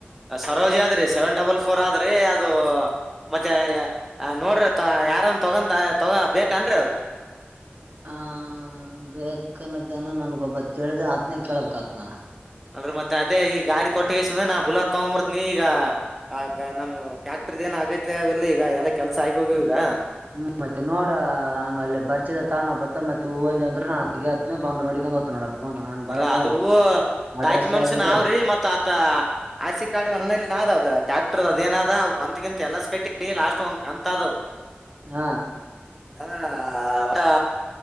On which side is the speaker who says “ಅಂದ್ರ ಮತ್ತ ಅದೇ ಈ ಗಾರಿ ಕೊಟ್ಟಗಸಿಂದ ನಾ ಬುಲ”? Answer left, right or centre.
Centre